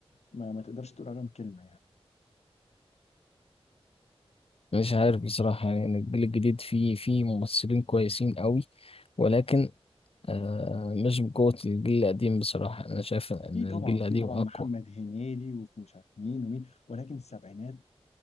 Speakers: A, on the left (about 90°); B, on the left (about 60°).
A: ما, ما تقدرش تقول عليهم كلمه يعني
B: مش عارف بصراحه يعني الجيل الجديد فيه فيه ممثلين كويسين قوي ولكن آه مش بقوه الجيل القديم بصراحه انا شايف ان
A: في طبعا
B: الجيل القديم
A: في طبعا
B: اقوى
A: محمد هنيدي وفي مش عارف مين ومين ولكن السبعينات